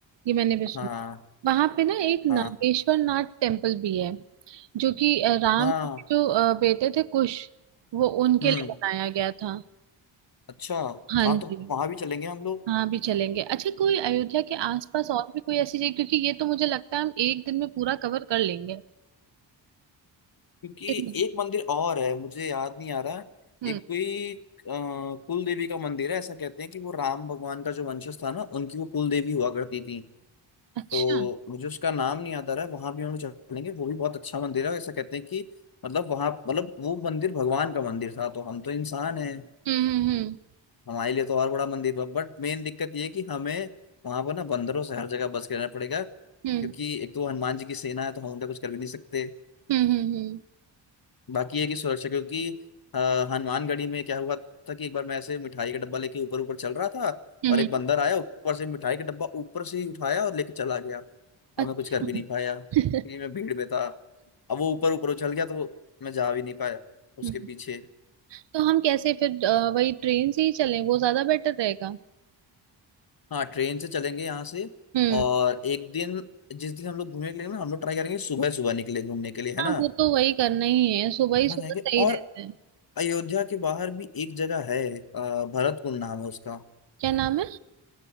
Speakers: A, on the right; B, on the left.
A: ये मैंने भी सुना
B: हाँ
A: वहां पे ना एक नागेश्वर
B: हाँ
A: नाथ टेम्पल भी है जो कि अ, राम
B: हाँ
A: के जो अ, बेटे थे कुश वो उनके
B: हम्म
A: लिए बनाया गया था
B: अच्छा
A: हाँ
B: हाँ
A: जी
B: तो वहां भी चलेंगे हम लोग
A: हाँ भी चलेंगे अच्छा कोई अयोध्या के आसपास और भी कोई ऐसी जगह क्योंकि ये तो मुझे लगता है हम एक दिन में पूरा कवर कर लेंगे
B: क्योंकि
A: कितना?
B: एक मंदिर और है मुझे याद नहीं आ रहा
A: हम्म
B: एक कोई अ, कुल देवी का मंदिर है ऐसा कहते हैं कि वो राम भगवान का जो वंशज था ना उनकी वो कुल देवी हुआ करती थी
A: अच्छा
B: तो मुझे उसका नाम नहीं याद आ रहा है वहां भी हम लोग चलेंगे वो भी बहुत अच्छा मंदिर है ऐसा कहते हैं कि मतलब वहां मतलब वो मंदिर भगवान का मंदिर था तो हम तो इंसान हैं
A: हम्म हम्म हम्म
B: हमारे लिए तो और बड़ा मंदिर था बट मेन दिक्कत ये है कि हमें वहां पर ना बंदरों से हर जगह बच के रहना पड़ेगा क्योंकि
A: हम्म
B: एक तो हनुमान जी की सेना है तो हम उनका कुछ कर भी नहीं सकते
A: हम्म हम्म हम्म
B: बाकी है कि सुरक्षा क्योंकि अ, हनुमानगढ़ी में क्या हुआ था कि एक बार मैं ऐसे मिठाई का डब्बा लेके ऊपर ऊपर चल रहा था
A: हम्म,
B: और
A: हम्म।
B: एक बंदर आया ऊपर से मिठाई का डब्बा ऊपर से ही उठाया और लेके चला गया
A: अच्छा
B: और मैं कुछ कर भी नहीं पाया क्योंकि
A: <laughs>
B: मैं भीड़ में था अब वो ऊपर ऊपर उछल गया तो वो मैं जा भी नहीं पाया उसके
A: हम्म,
B: पीछे
A: तो हम कैसे फिर अ, वही ट्रेन से ही चलें वो ज्यादा बेटर रहेगा
B: हाँ ट्रेन से चलेंगे यहाँ से
A: हम्म
B: और एक दिन जिस दिन हम लोग घूमने के लिए ना हम लोग ट्राई करेंगे सुबह सुबह निकले घूमने के लिए है
A: हाँ
B: ना
A: वो तो वही करना ही है सुबह ही
B: वहाँ
A: सुबह
B: जाएंगे
A: सही
B: और
A: रहता है
B: अयोध्या के बाहर भी एक जगह है अ, भरत कुंड नाम है उसका
A: क्या नाम है